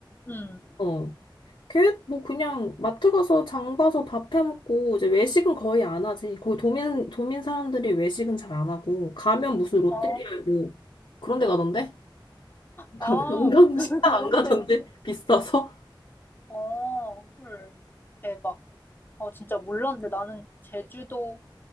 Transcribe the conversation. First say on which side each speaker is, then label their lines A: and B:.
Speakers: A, on the left (about 25°); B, on the left (about 75°).
A: 응.
B: 어, 걔 뭐 그냥 마트 가서 장 봐서 밥 해 먹고 이제 외식은 거의 안 하지. 거기 도민 도민 사람들이 외식은 잘 안 하고 가면 무슨 롯데리아
A: 아,
B: 뭐 그런 데 가던데? <laughs>
A: 아,
B: 관광
A: <laughs>
B: 식당
A: 그런
B: 안 가던데
A: 데가.
B: 비싸서?
A: 아, 헐. 대박. 아, 진짜 몰랐는데 나는 제주도